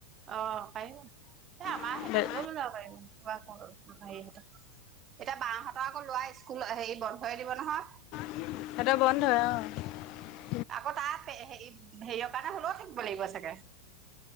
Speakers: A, on the right; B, on the left.
A: অ', পাৰিম এ, আমাৰ
B: বুলি
A: সিহঁতি গ'লেও নৈ যাব পাৰিম কিবা কৰোঁ আমাৰ হেৰিহঁতক এতিয়া বাহতৰ আকৌ ল'ৰা স্কুল হেৰি বন্ধই দিব নহয়।
B: সিঁহতৰ বন্ধই অ'।
A: আকৌ তাৰ হেৰি- হেৰিয়ৰ কাৰণে হ'লেও থাকিব লাগিব চাগে!